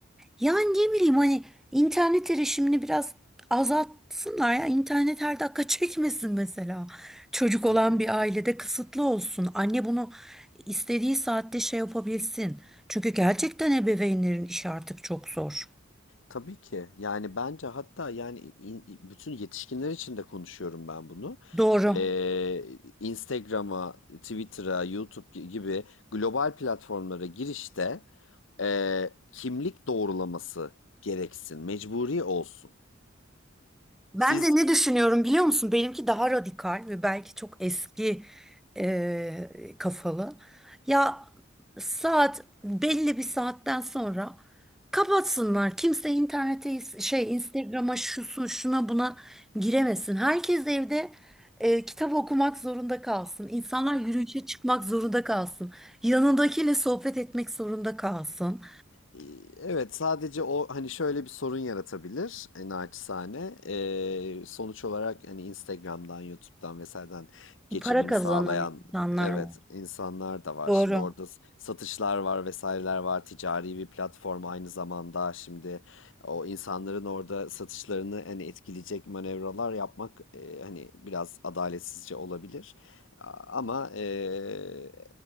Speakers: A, in the centre; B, on the left.
A: Yani ne bileyim hani internet erişimini biraz azaltsınlar ya. İnternet her dakika çekmesin mesela. Çocuk
B: Tabii.
A: olan bir ailede kısıtlı olsun. Anne bunu istediği saatte şey yapabilsin. Çünkü gerçekten ebeveynlerin işi artık çok zor.
B: Tabii ki. Yani bence hatta yani in- bütün yetişkinler için de konuşuyorum ben bunu.
A: Doğru.
B: Ee, Instagram'a, Twitter'a, YouTube gi- gibi global platformlara girişte e, kimlik doğrulaması gereksin, mecburi olsun.
A: Ben
B: Siz
A: de ne düşünüyorum biliyor musun? Benimki daha radikal ve belki çok eski e, kafalı. Ya saat belli bir saatten sonra kapatsınlar. Kimse internete şey Instagram'a şusun şuna buna giremesin. Herkes evde e, kitap okumak zorunda kalsın. İnsanlar yürüyüşe çıkmak zorunda kalsın. Yanındakiyle sohbet etmek zorunda kalsın.
B: Ee, Evet sadece o hani şöyle bir sorun yaratabilir e, naçizane. Ee, sonuç olarak hani Instagram'dan, YouTube'dan vesaireden geçimini
A: Para kazanan
B: sağlayan
A: insanlar
B: evet
A: var.
B: insanlar da var.
A: Doğru.
B: Şimdi orada s- satışlar var vesaireler var. Ticari bir platform aynı zamanda şimdi o insanların orada satışlarını hani etkileyecek manevralar yapmak e, hani biraz adaletsizce olabilir. A- Ama e,